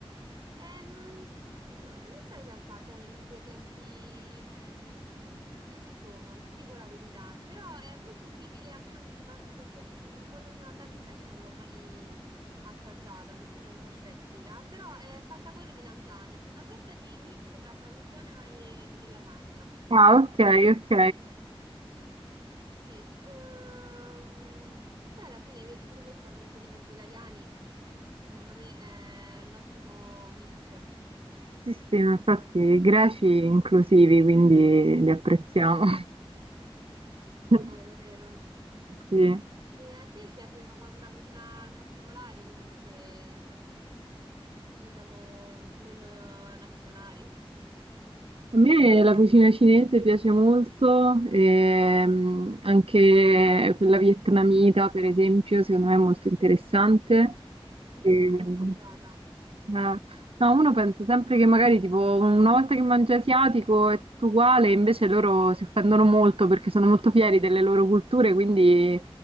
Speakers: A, on the right (about 45°); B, on the right (about 70°).
A: Ehm, eh, non so in realtà bene gli ingredienti mm, che ci sono, ti dico la verità, però è molto simile, almeno visivamente, perché mm, quando sono andata in Grecia non l'ho mai assaggiata perché sono un po' scettica, però è fatta con le melanzane, una sorta di mix tra parmigiana e, mm, e lasagna.
B: Ah, ok, ok.
A: Sì, ehm, che poi alla fine, vedi, pure questa per per i vegetariani, secondo me è un ottimo mix.
B: Sì, sì, ma infatti i greci inclusivi, quindi li apprezziamo.
A: <laughs>
B: <laughs>
A: Vero, vero.
B: Sì.
A: E a te piace una una cucina in particolare di queste, mm, diciamo, non eh, nazionali?
B: A me la cucina cinese piace molto, ehm, anche quella vietnamita, per esempio, secondo me è molto interessante.
A: Ah, vedi,
B: Ehm,
A: non l'ho mai mangiata.
B: Eh, no, uno pensa sempre che magari tipo una volta che mangia asiatico è tutto uguale, invece loro si offendono molto perché sono molto fieri delle loro culture, quindi